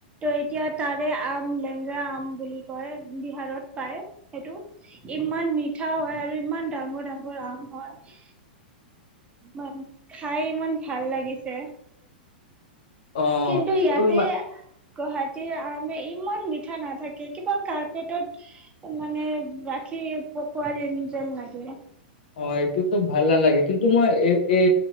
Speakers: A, on the right (about 20°); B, on the left (about 70°).
A: এতিয়া তাৰে আম লেগৰা আম বুলি কয় বিহাৰত পায় সেইটো ইমান ইমান মিঠা হয় আৰু ইমান ডাঙৰ ডাঙৰ আম হয়
B: <inaudible>
A: বাম খাই ইমান ভাল লাগিছে।
B: অ
A: কিন্তু ইয়াতে
B: উম,
A: গুৱাহাটীৰ আমে ইমান মিঠা নাথাকে, কিবা কাৰ্পেটত মানে ৰাখি। কি পকোৱা দি যেন লাগে।
B: অ' এইটোতো ভাল নলাগে। কিন্তু মই এ এই